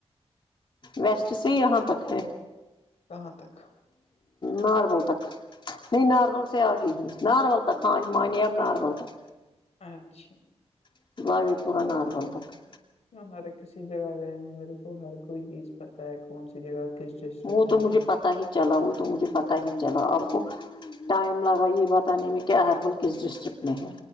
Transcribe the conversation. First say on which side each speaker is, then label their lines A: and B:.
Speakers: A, on the left (about 45°); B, on the left (about 75°).
A: ویسٹ سے یہاں تک ہے
B: کہاں تک
A: ناربل تک نہیں ناربل سے آ گے ناربل <unintelligible> اب نارمل تک
B: اچھا
A: <unintelligible> پورا ناربل تک
B: ہر کسی جگہ گیا نہیں میرے کو ہر کوئی چیز پتا ہے کون سی جگہ کس ڈسٹرکٹ
A: وہ
B: میں
A: تو مجھے
B: ہے
A: پتا ہی چلا وہ تو مجھے پتا ہی چلا آپ کو ٹائم لگا یے بتانے میں کہ ہربل کس ڈسٹرک میں ہے